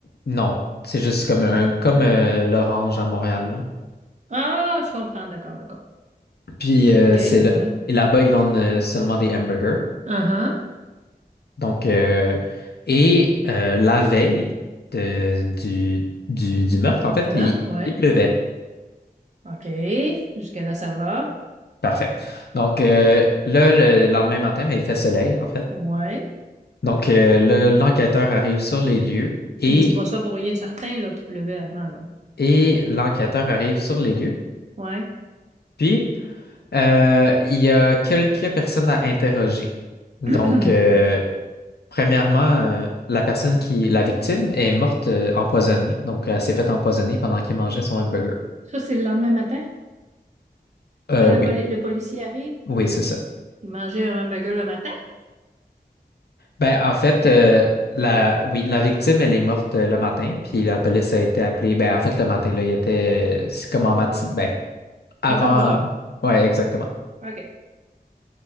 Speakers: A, on the left; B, on the right.
A: non. C'est juste comme un, comme euh, l'Orange à Montréal, là.
B: Ah, je comprends. D'accord, d'accord.
A: Puis, euh,
B: OK.
A: c'est là.
B: Ouais.
A: Et là-bas, ils vendent euh, seulement des hamburgers.
B: Uh-huh.
A: Donc, euh, et euh, la veille de- du, du, du meurtre, en
B: Du
A: fait,
B: meurtre,
A: il,
B: ouais.
A: il pleuvait.
B: OK. Jusqu'à là, ça va.
A: Parfait. Donc, euh, là, le lendemain matin, ben, il fait soleil, en fait.
B: Ouais.
A: Donc, euh, le- l'enquêteur arrive sur les lieux et,
B: Tu me dis pas ça pour rien certain, là, qu'il pleuvait avant, là.
A: et l'enquêteur arrive sur les lieux.
B: Ouais.
A: Puis, euh, il y a quelques personnes à interroger. Donc,
B: <clears throat>
A: euh, premièrement, euh, la personne qui, la victime, est morte euh, empoisonnée. Donc, elle s'est faite empoisonner pendant qu'elle mangeait son hamburger.
B: Ça, c'est le lendemain matin,
A: Euh,
B: quand
A: oui,
B: le, poli- le policier arrive.
A: oui, c'est ça.
B: Il mangeait un hamburger le matin.
A: Ben, en fait, euh, la, oui, la victime, elle est morte euh, le matin, puis la police a été appelée. Ben, en fait, le matin, là, il était, c'est comme en matin, ben, avant.
B: Mettons onze heures.
A: Ouais, exactement.
B: OK.